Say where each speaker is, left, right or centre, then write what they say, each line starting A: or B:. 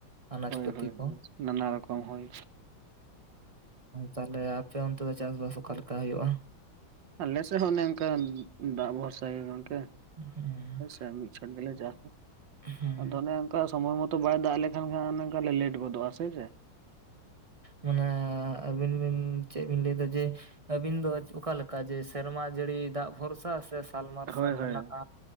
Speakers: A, on the right; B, on the right.
A: ᱟᱱᱟᱡ
B: ᱦᱳᱭ
A: ᱯᱟᱹᱛᱤ
B: ᱦᱳᱭ ᱦᱳᱭ
A: ᱠᱚ
B: ᱱᱟᱱᱟ ᱨᱚᱠᱚᱢ ᱦᱳᱭ
A: ᱛᱟᱦᱞᱮ ᱟᱯᱮ ᱚᱱᱛᱮ ᱫᱚ ᱪᱟᱥ ᱵᱟᱥ ᱚᱠᱟ ᱞᱮᱠᱟ ᱦᱩᱭᱩᱜᱼᱟ
B: ᱟᱞᱮ ᱥᱮᱫ ᱦᱚᱸ ᱚᱱᱮ ᱚᱱᱠᱟ ᱫᱟᱜ ᱵᱷᱚᱨᱥᱟ ᱜᱮ ᱜᱚᱢᱠᱮ
A: ᱦᱩᱸ
B: ᱦᱮᱸ ᱥᱮ <unintelligible>
A: ᱦᱩᱸ
B: ᱟᱫᱚ ᱚᱱᱮ ᱚᱱᱠᱟ ᱥᱚᱢᱚᱭ ᱢᱚᱛᱚ ᱵᱟᱭ ᱫᱟᱜ ᱟᱞᱮᱠᱷᱟᱱ ᱠᱷᱟᱱ ᱚᱱᱮ ᱚᱝᱠᱟ ᱞᱮ ᱞᱮᱴ ᱜᱚᱫᱚᱜᱼᱟ ᱥᱮ ᱪᱮ
A: ᱢᱟᱱᱮ ᱟᱹᱵᱤᱱ ᱵᱤᱱ ᱪᱮᱫ ᱵᱤᱱ ᱞᱟᱹᱭ ᱮᱫᱟ ᱡᱮ ᱟᱹᱵᱤᱱ ᱫᱚ ᱚᱠᱟ ᱞᱮᱠᱟ ᱡᱮ ᱥᱮᱨᱢᱟ ᱡᱟᱹᱲᱤ ᱫᱟᱜ ᱵᱷᱚᱨᱥᱟ ᱥᱮ ᱥᱟᱞ ᱢᱟᱨᱥᱟᱞ
B: ᱦᱳᱭ ᱦᱳᱭ
A: ᱢᱮᱱᱟᱜᱼᱟ